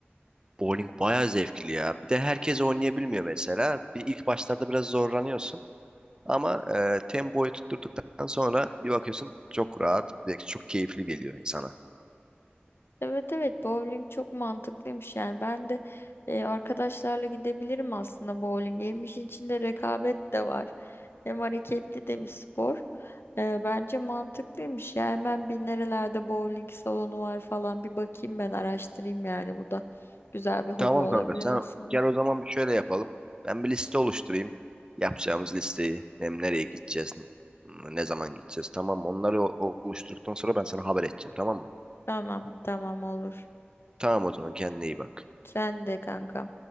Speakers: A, on the right; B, on the left.
A: Bowling bayağı zevkli ya. Bir de herkes oynayabilmiyor mesela. Bir ilk başlarda biraz zorlanıyorsun. Ama e, tempoyu tutturduktan sonra bir bakıyorsun çok rahat, bir de çok keyifli geliyor insana.
B: Evet evet bowling çok mantıklıymış yani ben de e, arkadaşlarla gidebilirim aslında bowling. Hem işin içinde rekabet de var hem hareketli de bir spor. E, bence mantıklıymış ya hemen bir nerelerde bowling salonu var falan bir bakayım ben araştırayım yani bu da güzel bir hobi
A: Tamam
B: olabilir
A: kanka sen
B: aslında.
A: gel o zaman bir şöyle yapalım. Ben bir liste oluşturayım. Yapacağımız listeyi, nem nereye gideceğiz, m- ne zaman gideceğiz tamam mı? Onları o- oluşturduktan sonra ben sana haber edeceğim tamam mı?
B: Tamam tamam olur.
A: Tamam o zaman kendine iyi bak.
B: Sen de kanka.